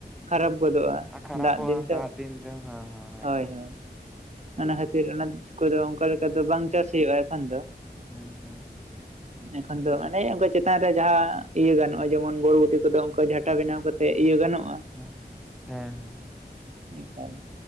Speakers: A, on the right; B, in the centre.
A: ᱠᱷᱟᱨᱟᱯ ᱜᱚᱫᱚᱜᱼᱟ᱾
B: ᱟᱨ ᱠᱷᱟᱨᱟᱯᱚᱜᱼᱟ
A: ᱫᱟᱜᱽ ᱫᱤᱱ ᱛᱚ
B: ᱫᱟᱜ ᱫᱤᱱ ᱫᱚ ᱦᱮᱸ ᱦᱮᱸ
A: ᱦᱳᱭ
B: ᱮᱠᱫᱚᱢ
A: ᱦᱳᱭ, ᱚᱱᱟ ᱠᱷᱟᱹᱛᱤᱨ ᱚᱱᱟ ᱠᱚᱫᱚ ᱚᱱᱠᱟ ᱞᱮᱠᱟ ᱫᱚ ᱵᱟᱝ ᱪᱟᱥ ᱦᱩᱭᱩᱜᱼᱟ ᱮᱠᱷᱚᱱ ᱫᱚ᱾
B: ᱦᱩᱸ ᱦᱩᱸ
A: ᱮᱠᱷᱟᱱ ᱫᱚ ᱚᱱᱮ ᱚᱝᱠᱟ ᱪᱮᱛᱟᱱ ᱨᱮ ᱡᱟᱦᱟᱸ ᱤᱭᱟᱹ ᱜᱟᱱᱚᱜᱼᱟ ᱡᱮᱢᱚᱱ ᱵᱚᱨᱵᱩᱴᱤ ᱠᱚᱫᱚ ᱚᱝᱠᱟ ᱡᱷᱟᱴᱟ ᱵᱮᱱᱟᱣ ᱠᱟᱛᱮᱜ ᱤᱭᱟᱹ ᱜᱟᱱᱚᱜ
B: ᱦᱮᱸ ᱦᱮᱸ ᱦᱮᱸ ᱦᱮᱸ,
A: ᱮᱠᱟᱞ,